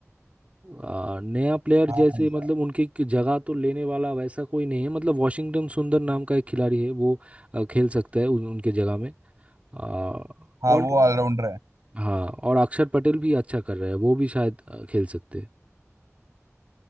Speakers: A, on the right (about 25°); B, on the right (about 85°).
A: आ, नया प्लेयर
B: हाँ
A: जैसे
B: यार
A: मतलब उनकी क- जगह तो लेने वाला वैसा कोई नहीं है मतलब वॉशिंगटन सुंदर नाम का एक खिलाड़ी है वो आ, खेल सकता है उन, उनके जगह में आ,
B: हाँ
A: और
B: वो ऑलराउंडर है
A: हाँ और अक्षर पटेल भी अच्छा कर रहा है वो भी शायद आ, खेल सकते हैं